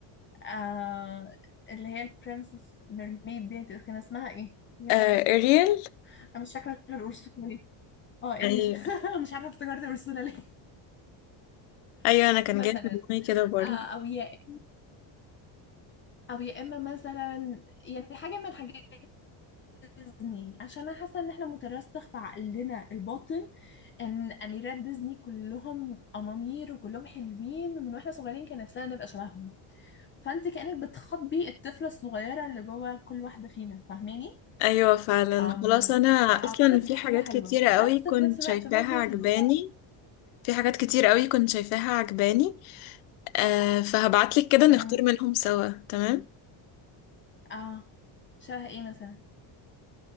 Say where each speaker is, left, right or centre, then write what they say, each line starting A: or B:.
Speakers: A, on the left; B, on the left.
A: آه اللي هي البرنسس ميرميد دي كان اسمها ايه يا
B: آه
A: لهوي
B: اريال
A: انا مش فاكره غير اورسولا ليه اه اريل
B: ايوه
A: <laughs> مش عارفه افتكرت اورسولا ليه
B: ايوه
A: <laughs>
B: انا كان
A: مثلا
B: جاي في دماغي كده برضه
A: آه او ياء او يا اما مثلا يعني حاجه من حاجات ديزني عشان انا حاسه ان احنا مترسخ في عقلنا الباطن ان اميرات ديزني كلهم امامير وكلهم حلوين من واحنا صغيرين كان نفسنا نبقى شبههم فانت كانك بتخاطبي الطفله الصغيره اللي جوه كل واحده فينا فاهماني
B: ايوه فعلا
A: أم
B: خلاص انا
A: فاعتقد
B: اصلا في
A: دي
B: حاجات
A: حاجه حلوه
B: كتيره قوي
A: بس
B: كنت
A: في نفس الوقت
B: شايفاها
A: برضو
B: عجباني
A: تديها
B: في حاجات كتير قوي كنت شايفاها عجباني آه فهبعتلك كده نختار
A: أم،
B: منهم سوا تمام
A: اه شبه ايه مثلا